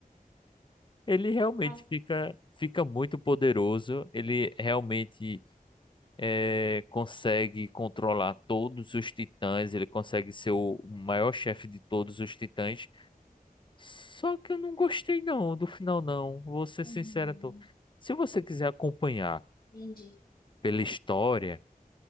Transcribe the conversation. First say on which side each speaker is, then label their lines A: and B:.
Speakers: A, on the left (about 30°); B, on the left (about 75°).
A: Ele realmente
B: Ah,
A: fica, fica muito poderoso, ele realmente eh, consegue controlar todos os titãs, ele consegue ser o maior chefe de todos os titãs. Só que eu não gostei não do final não, vou ser
B: uhum.
A: sincero, tô. Se você quiser acompanhar
B: Entendi.
A: pela história,